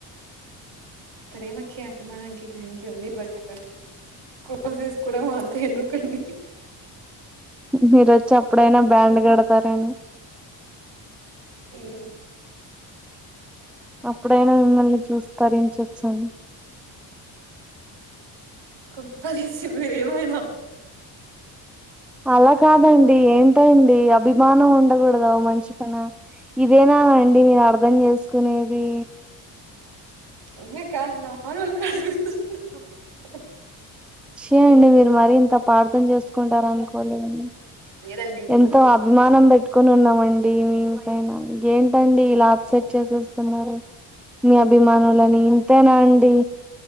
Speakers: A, on the right; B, in the centre.
A: ప్రేమకి అభిమానానికి థ్యాంక్ యూ అండి బట్ కోర్సెస్ కూడా మారుతాయి ఎందుకు అండి
B: మీరు వచ్చి అప్పుడైనా బ్యాండ్ కడతారని
A: ఊ హూ
B: అప్పుడైనా మిమ్మల్ని చూసి తరించొచ్చు అని
A: కొంపతీసి మీరు ఏమైనా
B: అలా కాదండి ఏంటండీ అభిమానం ఉండకూడదా ఓ మనిషి పైన ఇదేనా అండి మీరు అర్ధం చేసుకునేది
A: ఉ నే కాదు నార్మల్ గా అడుగుతున్నా హుహు
B: చి అండి మీరు మరీ ఇంత అపార్థం చేసుకుంటారని అనుకోలేదండి
A: లేదండి ఊరికే
B: ఎంతో
A: కాల్
B: అభిమానం పెట్టుకొని ఉన్నాం ఆన్ డి మీన్ పైన గేన్ టండీ ఇలా అప్సెట్ చేసేస్తున్నారు మీ అభిమానులనీ ఇంతేనా అండి